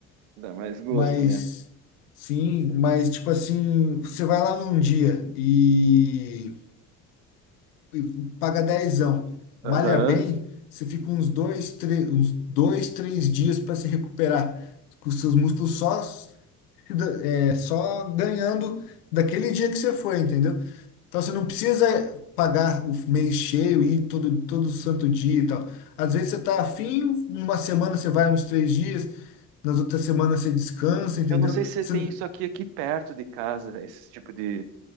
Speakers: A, on the right; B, on the left.
A: Dá mais gosto,
B: Mas,
A: né?
B: sim, mas, tipo assim, você vai lá num dia e, e paga dezão, malha
A: Aham.
B: bem, você fica uns dois, três, uns dois, três dias para se recuperar, com os seus músculos só, se da- é, só ganhando daquele dia que você foi, entendeu? Então você não precisa pagar o mês cheio e ir todo, todo santo dia e tal. Às vezes você tá afim, uma semana você vai uns três dias, nas outras semanas você descansa, entendeu?
A: Eu não sei se
B: Você-
A: tem isso aqui, aqui perto de casa, esse tipo de.